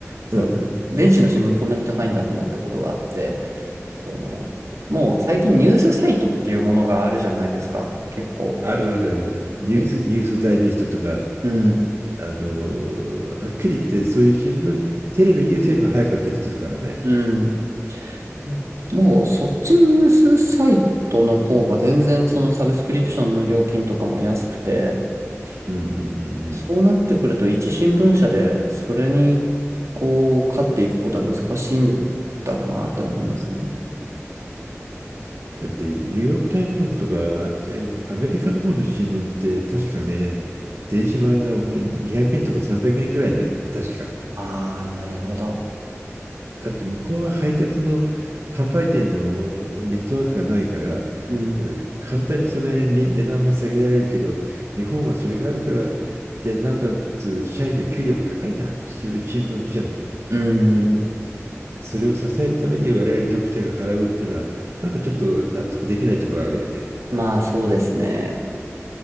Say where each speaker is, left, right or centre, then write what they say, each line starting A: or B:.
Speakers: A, on the right; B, on the right.
A: そう、
B: <laughs>
A: 電子の新聞こんなに高いんだってなったことがあって、その、もう最近ニュースサイトっていうものがあるじゃないですか、結構。
B: あるある、ニュース、
A: で、
B: ニュースダイジェストとか、
A: うん、
B: あの、はっきり言って、そういう新聞、テレビニュースよりも早かったりするからね。
A: うん。でもうそっちのニュースサイトの方が全然そのサブスクリプションの料金とかも安くて、
B: うんうんうんう
A: そうなってくると一新聞社でそれに
B: ん。
A: こう、勝っていくことは難しいんだろうなって思いますね。
B: だってニューヨーク・タイムズとか、あってアメリカの方の新聞って確かね、電子版がほ200円とか300円くえんくらいなんやね、確か。
A: ああ、なるほど。
B: だって向こうは配達の販売店のネットワークがないから、
A: うん。
B: 簡単にそれにね値段も下げられるけど、日本はそれがあるから、で、なおかつ社員の給料も高いな、新聞記者の。
A: うんうん。
B: それを支えるために我々読者が払うっていうのは、なんかちょっと納得できないところあるよね。
A: まあそうですね。